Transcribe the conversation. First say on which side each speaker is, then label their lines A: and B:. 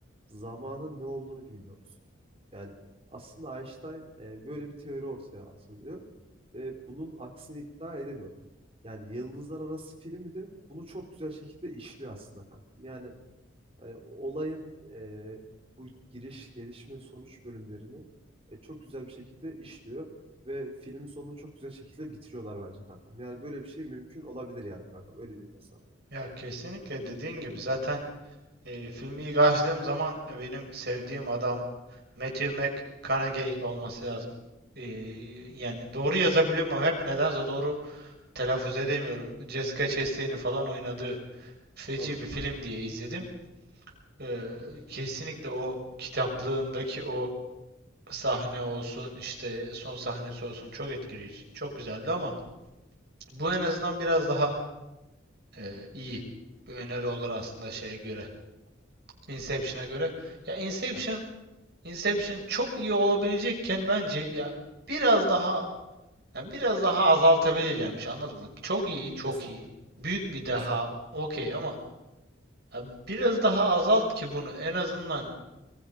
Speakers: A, on the right (about 30°); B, on the right (about 50°).
A: zamanın ne olduğunu bilmiyoruz. Yani aslında Einstein e, böyle bir teori ortaya atılıyor ve bunun aksini iddia edemiyor. Yani Yıldızlar Arası filmi de bunu çok güzel şekilde işliyor aslında kanka. Yani Hani olayın e, bu giriş, gelişme, sonuç bölümlerini e, çok güzel bir şekilde işliyor ve filmin sonunu çok güzel şekilde bitiriyorlar bence kankam. Yani böyle bir şey mümkün olabilir yani kankam. Öyle diyeyim ben sana.
B: Ya kesinlikle dediğin gibi zaten e, filmi ilk açtığım zaman benim sevdiğim adam Matthew McConaughey olması lazım. E, yani doğru yazabiliyorum ama hep nedense doğru telaffuz edemiyorum. Jessica Chastain'in falan oynadığı feci
A: Olur
B: bir
A: olur.
B: film diye izledim. Ee, kesinlikle o kitaplığındaki o sahne olsun işte son sahnesi olsun çok etkileyici. Çok güzeldi ama bu en azından biraz daha e, iyi bir öneri olur aslında şeye göre. Inception'a göre. Ya Inception
A: Evet.
B: Inception çok iyi olabilecekken bence ya biraz daha ya biraz daha azaltabilirlermiş anladın mı? Çok iyi, çok
A: Kesinlikle.
B: iyi. Büyük bir daha
A: Kesinlikle.
B: okey ama ya biraz daha azalt ki bunu en azından